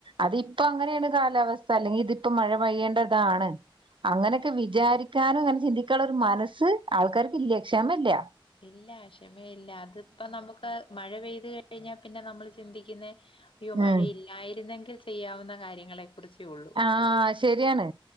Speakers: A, on the right; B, on the left.
A: അതിപ്പോ അങ്ങനെയാണ് കാലാവസ്ഥ അല്ലെങ്കിൽ ഇതിപ്പോ മഴ പെയ്യേണ്ടതാണ് അങ്ങനെയൊക്കെ വിചാരിക്കാനും അങ്ങനെ ചിന്തിക്കാനുള്ള ഒരു മനസ്സ് ആൾക്കാർക്ക് ഇല്ലേ ക്ഷാമല്ല
B: ഇല്ല ക്ഷമയില്ല അതിപ്പ നമുക്ക് മഴ പെയ്ത് കഴിഞ്ഞാൽ പിന്നെ നമ്മൾ ചിന്തിക്കുന്നത് അയ്യോ
A: ഉം
B: മഴയി ആയിരുന്നെങ്കിൽ ചെയ്യാവുന്ന കാര്യങ്ങളെ കുറച്ചള്ള
A: ആഹ ശരിയാണ്